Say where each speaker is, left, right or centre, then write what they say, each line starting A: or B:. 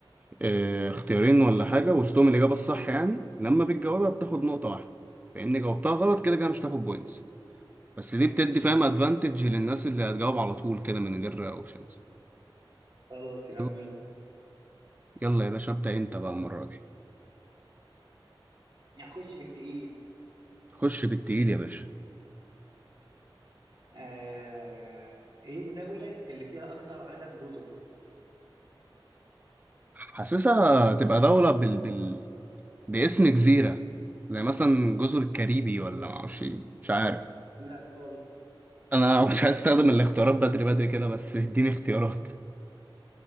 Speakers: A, on the right; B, on the right.
A: آه، اختيارين ولا حاجة وسطهم الإجابة الصح يعني لما بتجاوبها بتاخد نقطة واحدة فإن جاوبتها غلط كده كده مش هتاخد بوينتس بس دي
B: ماشي
A: بتدي فاهم أدفانتج للناس اللي هتجاوب على طول كده من غير أوبشنز
B: خلاص يا
A: يلا
B: عم يلا
A: يلا يا باشا ابدأ أنت بقى المرة دي
B: هخش بالتقيل
A: خش بالتقيل يا باشا
B: آه... إيه الدولة اللي فيها أكتر عدد جزر؟
A: حاسسها تبقى دولة بال... بال... باسم جزيرة زي مثلا جزر الكاريبي ولا معرفش إيه مش عارف
B: لا خالص
A: أنا <laughs> مش عايز أستخدم الاختيارات بدري بدري كده بس اديني اختيارات